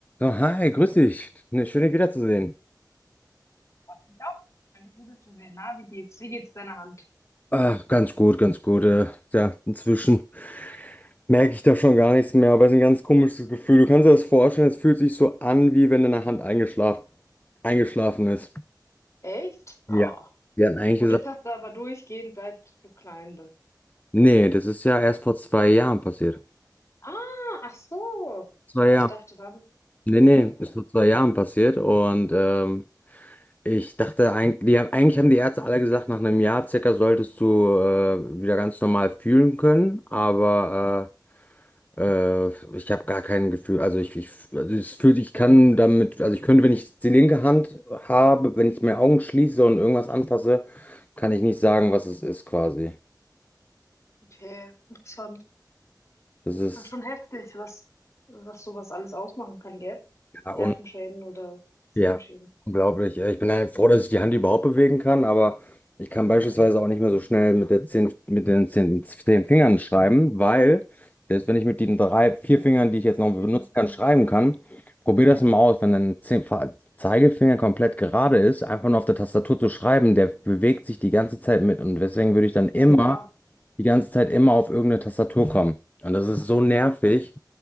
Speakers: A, on the left; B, on the left.
A: Oh, hi, grüß dich. Ne, schön, dich wiederzusehen.
B: Freut mich auch. Schön, dich wiederzusehen. Na, wie geht's? Wie geht's deiner Hand?
A: Ach, ganz gut, ganz gut. Äh, ja, inzwischen merke ich da schon gar nichts mehr, aber es ist ein ganz komisches Gefühl. Du kannst dir das vorstellen, es fühlt sich so an, wie wenn deine Hand eingeschlafen, eingeschlafen ist.
B: Echt?
A: Ja.
B: oh
A: Wir hatten eigentlich
B: Und
A: gesagt,
B: das hast du aber durchgehend, seit du klein bist.
A: nee, das ist ja erst vor zwei Jahren passiert.
B: Ah, ach so.
A: Zwei
B: Ah,
A: Jahre.
B: ich dachte dann,
A: Nee, nee,
B: ja,
A: ist vor zwei Jahren passiert und ähm, ich dachte eigentlich, die, haben- eigentlich haben die Ärzte alle gesagt, nach einem Jahr circa solltest du äh, wieder ganz normal fühlen können, aber äh, Äh, ich habe gar kein Gefühl, also ich, ich, also es fühlt, ich kann damit, also ich könnte, wenn ich die linke Hand habe, wenn ich meine Augen schließe und irgendwas anfasse, kann ich nicht sagen, was es ist quasi.
B: okay, interessant.
A: Das ist
B: Ah, Schon heftig, was, was sowas alles ausmachen kann, gell?
A: ja,
B: Nervenschäden oder Sehenschäden.
A: Ja, unglaublich. Äh, Ich bin ja froh, dass ich die Hand überhaupt bewegen kann, aber ich kann beispielsweise auch nicht mehr so schnell mit der zehn, mit den zehn, zehn Fingern schreiben, weil selbst wenn ich mit den drei, vier Fingern, die ich jetzt noch benutzen
B: Mhm.
A: kann, schreiben kann, probier das mal aus. Wenn dein Zeh- Fa- Zeigefinger komplett gerade ist, einfach nur auf der Tastatur zu schreiben, der bewegt sich die ganze Zeit mit und deswegen würde ich dann immer,
B: Ja, klar.
A: die ganze Zeit immer auf irgendeine Tastatur kommen. Und das ist so nervig.